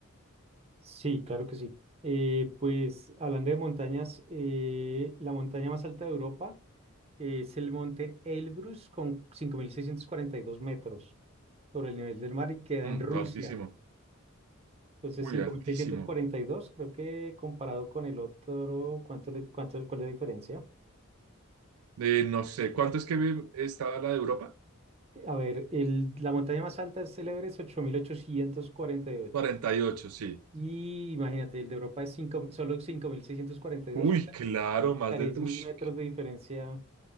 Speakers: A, on the right (about 30°); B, on the right (about 85°).
A: Sí, claro que sí. Eh, pues hablando de montañas, eh, la montaña más alta de Europa eh, es el monte Elbrus con 5.642 metros sobre el nivel del mar y queda
B: Mm,
A: en Rusia.
B: altísimo.
A: Entonces,
B: Uy,
A: cinco
B: altísimo.
A: mil seiscientos cuarenta y dos, creo que comparado con el otro, ¿cuánto le- cuánto, cuál es la diferencia?
B: Eh, no sé, ¿cuánto es que vi- estaba la de Europa?
A: A ver, el- la montaña más alta es el Everest, ocho mil ochocientos cuarenta Y ocho
B: cuarenta y ocho, sí.
A: y imagínate, el de Europa es cinco- solo cinco mil seiscientos cuarenta y dos,
B: Uy,
A: son casi
B: claro, más
A: 3.000
B: de... Ush,
A: metros de diferencia